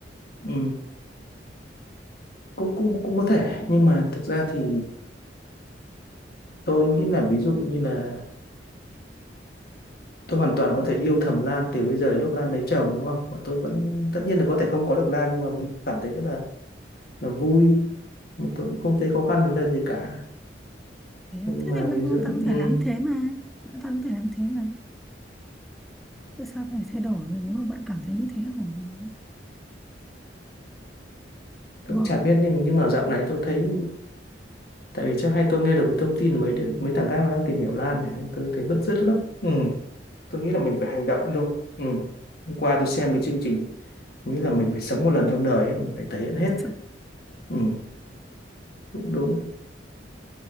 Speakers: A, on the left (about 55°); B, in the centre.
A: ừ. cũng cũng cũng có thể nhưng mà thực ra thì tôi nghĩ là ví dụ như là tôi hoàn toàn có thể yêu thầm Lan từ bây giờ đến lúc Lan lấy chồng đúng không mà tôi vẫn tất nhiên là có thể không có được Lan nhưng mà mình cũng cảm thấy rất là là vui mà tôi cũng không thấy khó khăn vấn đề gì cả
B: Thế, à?
A: Thế nhưng
B: thế
A: mà
B: thì
A: ví
B: bạn hoàn
A: dụ ừm,
B: toàn có thể làm như thế mà Bạn toàn có thể làm thế mà Tại sao phải thay đổi nếu mà bạn cảm thấy như thế là ổn rồi
A: tôi
B: Đúng
A: cũng
B: không
A: chả biết nhưng nhưng mà dạo này tôi thấy tại vì trước hay tôi nghe được cái thông tin là mấy đứa, mấy thằng khác nó đang tìm hiểu Lan này nên tôi thấy bứt rứt lắm ừ. tôi nghĩ là mình phải hành động thôi ừ. hôm qua tôi xem cái chương trình nghĩ là mình phải sống một lần trong đời ấy, mình phải thể hiện hết
B: Thực-
A: ừ. cũng đúng